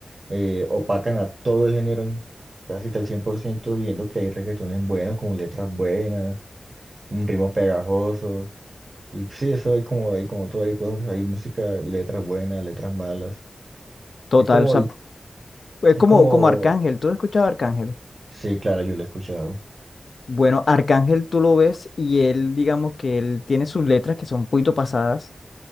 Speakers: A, on the right (about 40°); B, on the left (about 70°).
A: eh, opacan a todo el género, en- casi que al 100% viendo que hay reggaetones buenos, con letras buenas un ritmos pegajosos. Y pues, sí, eso hay como, hay como todo, hay cosas, hay música, letras buenas, letras malas.
B: Total,
A: Es como,
B: o sea,
A: el-
B: es
A: es
B: como,
A: como,
B: como Arcángel, ¿tú has escuchado a Arcángel?
A: sí, claro, yo lo he escuchado.
B: Bueno, Arcángel tú lo ves y él, digamos que él tiene sus letras que son un poquito pasadas